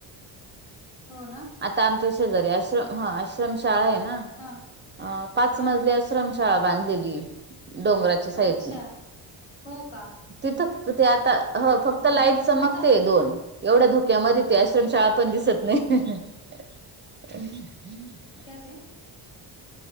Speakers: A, on the left; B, on the right.
A: हो ना.
B: आता आमच्या शेजारी आश्रम ह आश्रमशाळा आहे ना
A: हा
B: पाच
A: हा
B: मजली आश्रमशाळा बांधलेली डोंगराच्या साईडनी.
A: अच्छा हो का
B: तिथं ते आता ह फक्त. फक्त
A: हा
B: लाईट चमकते
A: कोणता
B: दोन एवढ्या धुक्यामध्ये
A: हा
B: ती आश्रमशाळा
A: हा
B: पण दिसत नाही. <unintelligible>
A: काय ते?